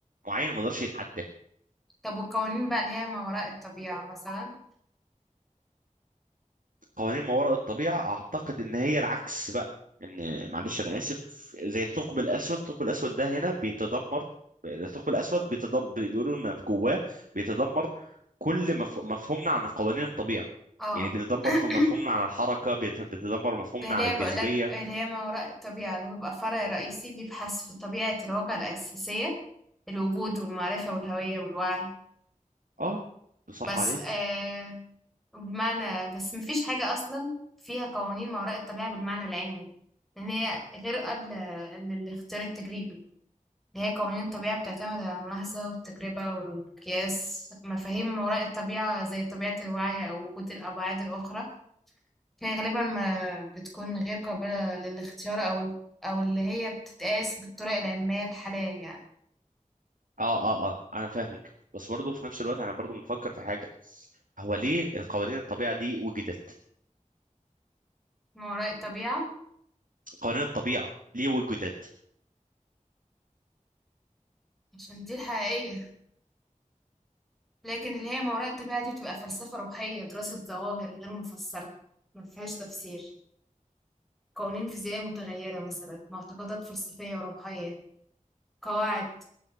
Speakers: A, on the right; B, in the centre.
A: معين ما يقدرش يتعداه
B: طب والقوانين بقى اللي هي ما وراء الطبيعة مثلا
A: قوانين ما وراء الطبيعة أعتقد إن هي العكس بقى إن معلش أنا آسف زي الثقب الأسود الثقب الأسود ده هنا بيتدمر الثقب الأسود بيتدمر بيقولوا إن في جواه بيتدمر كل مف... مفهومنا عن قوانين الطبيعة
B: اه
A: يعني بيتدمر
B: <clears throat>
A: في مفهومنا عن الحركة بيت... بيتدمر مفهومنا
B: ده اللي
A: عن الجاذبية
B: هي بقول لك اللي هي ما وراء الطبيعة اللي هو بيبقى فرع رئيسي بيبحث في طبيعة الواقع الأساسية الوجود والمعرفة والهوية والوعي
A: أه صح
B: بس
A: عليك
B: آه بمعنى بس مفيش حاجة أصلا فيها قوانين ما وراء الطبيعة بالمعنى العلمي لأن هي غير قابلة للاختيار التجريبي اللي هي قوانين الطبيعة بتعتمد على الملاحظة والتجربة والقياس مفاهيم ما وراء الطبيعة زي طبيعة الوعي أو وجود الأبعاد الأخرى فهي غالبا ما بتكون غير قابلة للاختيار أو أو اللي هي بتتقاس بالطرق العلمية الحالية يعني
A: أه أه أه أنا فاهمك بس برضه في نفس الوقت أنا برضه بنفكر في حاجة هو ليه القوانين الطبيعة دي وجدت
B: ما وراء الطبيعة
A: قوانين الطبيعة ليه وجدت
B: عشان دي الحقيقية لكن اللي هي ما وراء الطبيعة دي بتبقى فلسفة روحية دراسة ظواهر غير مفسرة ما فيهاش تفسير قوانين فيزيائية متغيرة مثلا معتقدات فلسفية وروحية قواعد